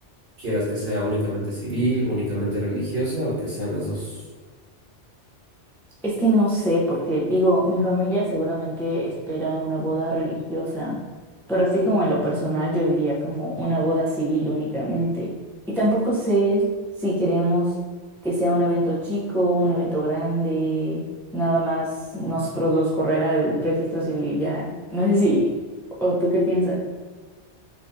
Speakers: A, on the right; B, in the centre.
A: quieras que sea únicamente civil, únicamente religiosa o que sean las dos.
B: Es que no sé, porque digo, mi familia seguramente espera una boda religiosa, pero así como en lo personal yo diría como una boda civil únicamente. Y tampoco sé si queremos que sea un evento chico, un evento grande, nada más nosotros dos correr al registro civil y ya. No sé si, o tú qué piensas.